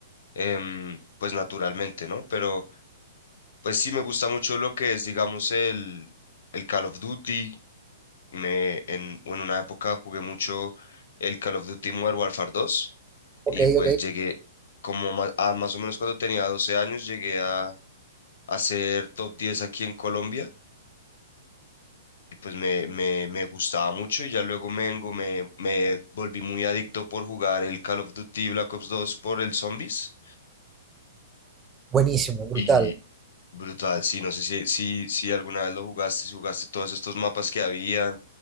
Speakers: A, on the left; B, on the right.
A: em, pues naturalmente, ¿no? Pero pues sí me gusta mucho lo que es, digamos, el, el Call of Duty. Me, en, en una época jugué mucho el Call of Duty Modern Warfare 2
B: Ok,
A: y pues
B: ok,
A: llegué como ma- a, más o menos cuando tenía 12 años, llegué a, a ser top 10 aquí en Colombia y pues me, me, me gustaba mucho y ya luego me, vengo me, me volví muy adicto por jugar el Call of Duty Black Ops 2 por el Zombies
B: buenísimo, brutal.
A: y brutal, sí, no sé si, si, si alguna vez lo jugaste, si jugaste todos estos mapas que había